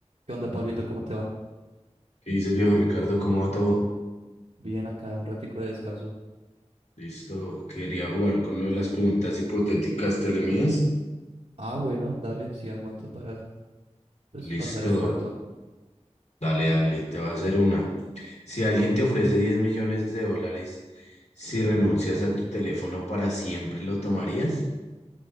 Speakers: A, on the right (about 75°); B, on the left (about 70°).
A: ¿Qué onda, Pablito? ¿Cómo te va?
B: ¿Qué dices, viejo Ricardo? ¿Cómo va todo?
A: Bien, acá un ratico de descanso.
B: Listo, quería jugar con lo de las preguntas hipotéticas telemías.
A: Ah, bueno, dale, sí aguanta para pues,
B: Listo,
A: pasar el rato.
B: dale, dale, te va a hacer una. Si alguien te ofrece 10 millones de dólares, si renuncias a tu teléfono para siempre, ¿lo tomarías?